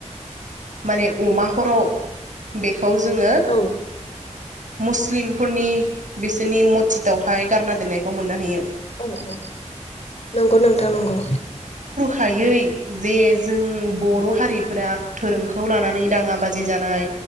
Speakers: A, on the right (about 85°); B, on the left (about 55°).
A: माने अमा खर'। बेखो खौ जोङो।
B: औ
A: मुस्लिमफोरनि बिसोरनि मतजिदावहाय गारना दोननायखौ मोननो हायो।
B: औ औ नंगौ नोंथां नंगौ।
A: खायै जे जों बर' हारिफोरा धोरोमखौ लानानै। दाङा बाजि
B: औ
A: जानाय।